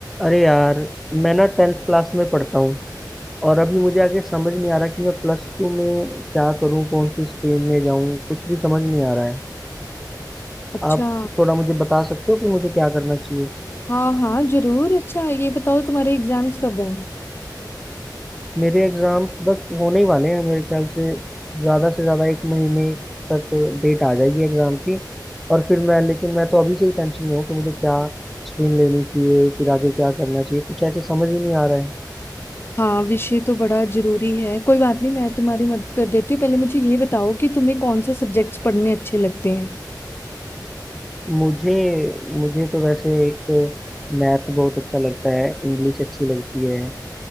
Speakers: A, in the centre; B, on the left (about 30°).
A: अरे यार मैं ना टेंथ क्लास में पढ़ता हूँ और अभी मुझे आगे समझ नहीं आ रहा कि मैं प्लस टू में क्या करूँ कौन सी स्ट्रीम में जाऊँ कुछ भी समझ नहीं आ रहा है
B: अच्छा
A: आप थोड़ा मुझे बता सकते हो कि मुझे क्या करना चाहिए
B: हाँ हाँ जरूर अच्छा ये बताओ तुम्हारे एग्जाम्स कब हैं
A: मेरे एग्जाम्स बस होने ही वाले हैं मेरे ख्याल से ज़्यादा से ज़्यादा एक महीने तक डेट आ जाएगी एग्ज़ाम की और फिर मैं लेकिन मैं तो अभी से ही टेंशन में हूँ कि मुझे क्या स्ट्रीम लेनी चाहिए फिर आगे क्या करना चाहिए कुछ ऐसे समझ ही नहीं आ रहा है
B: हाँ विषय तो बड़ा जरूरी है कोई बात नहीं मैं तुम्हारी मदद कर देती हूँ पहले मुझे ये बताओ कि तुम्हें कौन से सब्जेक्ट्स पढ़ने अच्छे लगते हैं
A: मुझे मुझे तो वैसे एक मैथ बहुत अच्छा लगता है इंग्लिश अच्छी लगती है